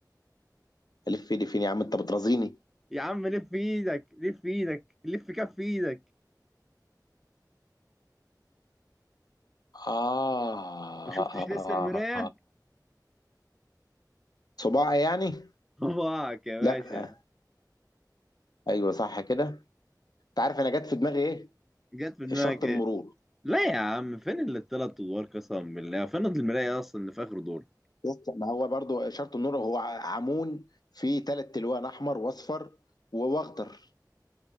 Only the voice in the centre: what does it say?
يا عم لف ايدك لف ايدك لف كف ايدك
ما شفتش لسه المراية
<laughs> صباعك يا باشا
جت في دماغك
ايه
لا يا عم فين اللي التلات ادوار قسما بالله فين المراية اصلا اللي في اخر دور